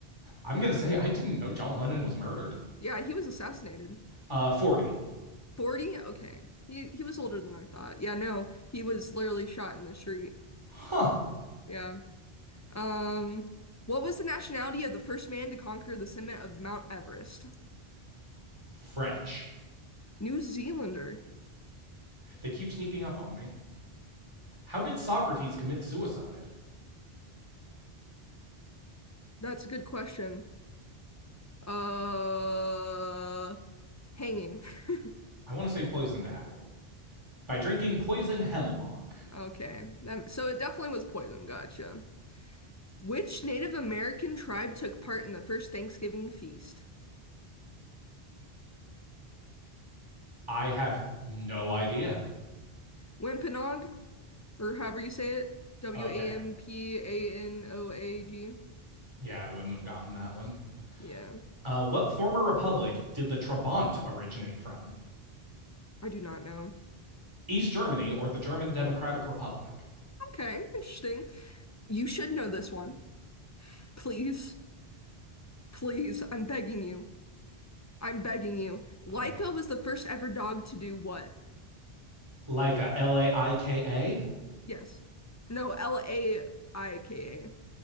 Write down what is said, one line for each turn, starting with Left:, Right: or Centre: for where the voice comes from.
Right: I'm gonna say I didn't know John Lennon was murdered.
Left: Yeah, he was assassinated.
Right: Uh, 40.
Left: 40? Okay. He he was older than I thought. Yeah, no, he was literally shot in the street.
Right: Huh.
Left: Yeah. Um, what was the nationality of the first man to conquer the summit of Mount Everest?
Right: French.
Left: New Zealander.
Right: They keep sneaking up on me. How did Socrates commit suicide?
Left: That's a good question. Uh, hanging. <laughs>
Right: I want to say poisoned apple. By drinking poison hemlock.
Left: Okay. That, so it definitely was poison. Gotcha. Which Native American tribe took part in the first Thanksgiving feast?
Right: I have no idea.
Left: Wampanoag, or however you say it. W-A-M-P-A-N-O-A-G.
Right: Okay. Yeah, I wouldn't have gotten that one.
Left: Yeah,
Right: Uh, what former republic did the Trabant originate from?
Left: I do not know.
Right: East Germany or the German Democratic Republic?
Left: Okay, interesting. You should know this one. Please, please, I'm begging you. I'm begging you. Laika
Right: Oh no.
Left: was the first ever dog to do what?
Right: Like a L A I K A?
Left: Yes. No, L-A-I-K-A.